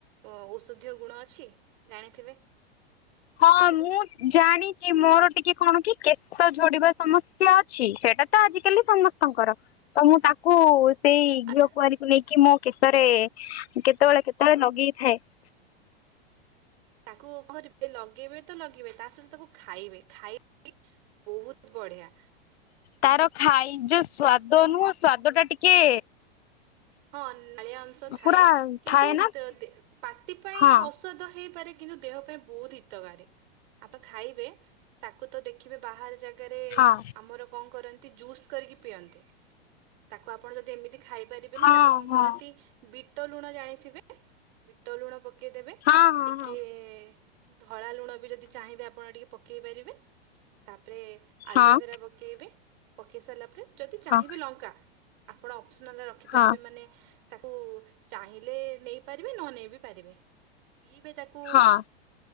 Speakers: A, on the right; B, on the left.
A: ଓ ଔଷଧୀୟ ଗୁଣ ଅଛି ଜାଣିଥିବେ।
B: ହଁ ମୁଁ ଜାଣିଚି ମୋର ଟିକେ କଣ କି କେଶ ଝଡିବା ସମସ୍ୟା ଅଛି ସେଇଟା ତ ଆଜି କାଲି ସମସ୍ତଙ୍କର ତ ମୁଁ ତାକୁ ସେଇ ଘିଅ
A: ଆଜ୍ଞା
B: କୁଆଁରୀ କୁ ନେଇକି ମୋ କେଶରେ କେତେବେଳେ କେତେବେଳେ ଲଗେଇଥାଏ।
A: ତାକୁ କଣ କରିବେ ଲଗେଇବେ ତ ଲଗେଇବେ ତା ସହିତ ତାକୁ ଖାଇବେ ଖାଇକି ବହୁତ ବଢ଼ିଆ।
B: ତାର ଖାଇ ଯୋଉ ସ୍ଵାଦ ନୁହଁ ସ୍ଵାଦ ଟା ଟିକେ
A: ହଁ ନାଳିଆ ଅଂଶ ଥାଏ
B: ପୁରା
A: କିନ୍ତୁ
B: ଥାଏ ନା
A: ତ, ଦେ, ପାଟି ପାଇଁ
B: ହଁ
A: ଔଷାଧ ହେଇପାରେ କିନ୍ତୁ ଦେହ ପାଇଁ ବହୁତ ହିତକାରୀ ଆପଣ ଖାଇବେ ତାକୁ ତ ଦେଖିବେ ବାହାରେ ଯା ଗରେ
B: ହଁ
A: ଆମର କଣ କରନ୍ତି ଜୁସ୍ କରିକି ପିଅନ୍ତି। ତାକୁ ଆପଣ ଯଦି ଏମିତି ଖାଇପାରିବେନି
B: ହଁ
A: ତାକୁ କଣ
B: ହଁ
A: କରନ୍ତି
B: ହଁ
A: ବି ବିଟ ଲୁଣ ଜାଣିଥିବେ ବିଟ ଲୁଣ ପକେଇଦେବେ
B: ହଁ ହଁ
A: ଟିକେ-ଏ-ଏ-ଏ
B: ହଁ
A: ଧଳା ଲୁଣ ବି ଯଦି ଚାହିଁବେ ଆପଣ ଟିକେ ପକେଇ ପାରିବେ ତା ତାପରେ ଆଲୋଭେରା
B: ହଁ
A: ପକେଇବେ ପକେଇ ସାରିଲା ପରେ ଯଦି ଚାହିଁବେ
B: ହଁ
A: ଲଙ୍କା ଆପଣ ଅପସନାଲରେ ରଖିପାରିବେ
B: ହଁ
A: ମାନେ ତାକୁ ଚାହିଁଲେ ନେଇ ପାରିବେ ନ ନେଇ ବିି ପାରିବେ। ପିଇବେ ତାକୁ
B: ହଁ